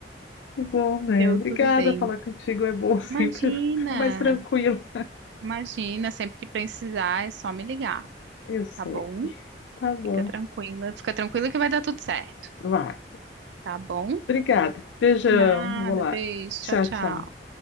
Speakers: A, on the left (about 85°); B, on the right (about 75°).
A: Que bom, né?
B: Deu
A: Obrigada,
B: tudo bem.
A: falar contigo é bom, sempre
B: Imagina,
A: <laughs> fico mais tranquilo.
B: imagina, sempre que precisar é só me ligar,
A: Eu sei.
B: tá bom?
A: Tá bom.
B: Fica tranquila, fica tranquila que vai dar tudo certo,
A: Vai.
B: tá bom?
A: Obrigada. Beijão.
B: Nada,
A: Vou lá.
B: beijo,
A: Tchau,
B: tchau,
A: tchau.
B: tchau.